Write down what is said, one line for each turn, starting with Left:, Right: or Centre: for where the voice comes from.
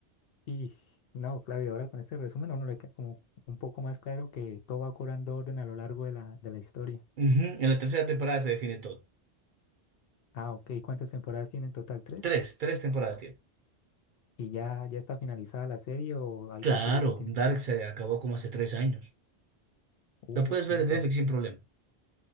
Left: Y no, claro, y ahora con este resumen a uno le queda como un poco más claro que todo va cobrando orden a lo largo de la, de la historia.
Right: Ujú, En la tercera temporada se define todo.
Left: Ah, ok, ¿cuántas temporadas tiene en total? ¿Tres?
Right: Tres, tres temporadas tiene.
Left: ¿Y ya, ya está finalizada la serie o hay
Right: Claro,
Left: posible continuación?
Right: Dark se acabó como hace tres años.
Left: Uh,
Right: La puedes
Left: siempre.
Right: ver en Netflix
Left: hay-
Right: sin problema.